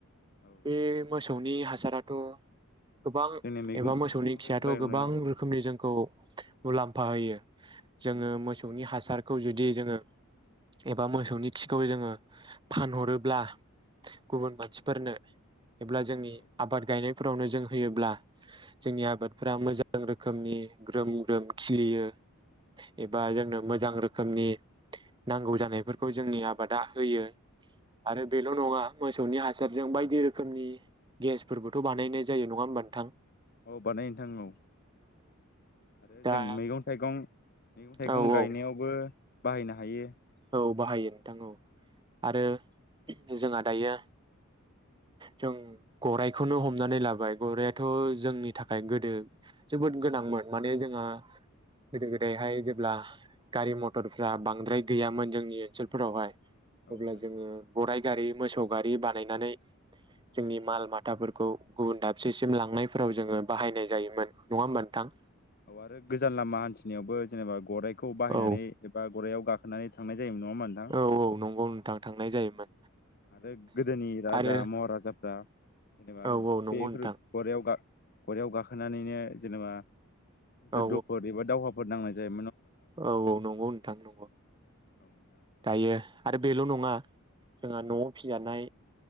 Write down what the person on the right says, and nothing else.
बे मोसौनि
हासाराथ' गोबां
एबा मोसौनि
खियाथ'
गोबां रोखोमनि जोंखौ मुलाम्फा होयो जोङो
मोसौनि
हासारखौ जुदि जोङो एबा मोसौनि खिखौ जोङो फानहरोब्ला गुबुन मानसिफोरनो एब्ला जोंनि
आबाद गायनाय फोरावनो जों होयोब्ला जोंनि आबादफोरा मोजां रोखोमनि ग्रोम ग्रोम खिलियो एबा
जोंनो
मोजां रोखोमनि नांगौ जानायफोरखौ जोंनि आबादा होयो आरो
बेल' नङा मोसौनि हासार जों बायदि रोखोमनि गेसफोरबोथ' बानायनाय जायो नङा होमबा नो
दा
औ औ
औ बाहायो नोंथां औ आरो जोंहा दायो जों गररायखौनो हमनानै लाबाय गराइथ' जोंनि थाखाय गोदो जोबोद गोनांमोन माने जोंहा गोदो गोदायहाय जेब्ला गारि मथरफ्रा बांद्राय गैयामोन जोंनि ओनसोलफोरावहाय
अब्ला
जोङो
गराइ गारि मोसौ गारि बानायनानै जोंनि माल माथाफोरखौ गुबुन दाबसेसिम लांनायफोराव जोङो बाहायनाय जायोमोन नङा होमबा नोंथां?
औ
औ नंगौ नोंथां थांनाय जायोमोन
आरो
औ औ नंगौ
नोंथां
औ
औ औ नंगौ नोंथां नंगौ
दायो आरो बेल' नङा जोंहा न'आव फिजानाय